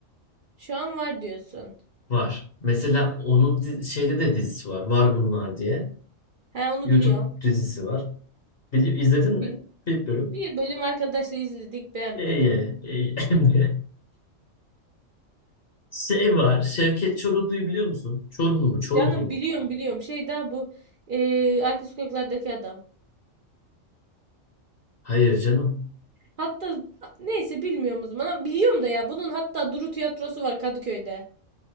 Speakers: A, on the right; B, on the left.
A: Şu an var diyorsun.
B: Var. Mesela onun di- şeyde de dizisi var. Var bunlar diye.
A: He onu
B: YouTube
A: biliyorum.
B: dizisi var. Bili izledin mi?
A: Bi-
B: Bir bölüm.
A: Bir bölüm arkadaşla izledik beğenmedim.
B: İyi, iyi. <laughs> Şey var. Şevket Çoruhlu'yu biliyor musun? Çorumlu mu? Çoruhlu
A: Canım
B: mu?
A: biliyorum biliyorum. Şey daha bu eee arka sokaklardaki adam.
B: Hayır canım.
A: Hatta neyse bilmiyorum o zaman. Ama Biliyorum da ya bunun hatta Duru tiyatrosu var Kadıköy'de.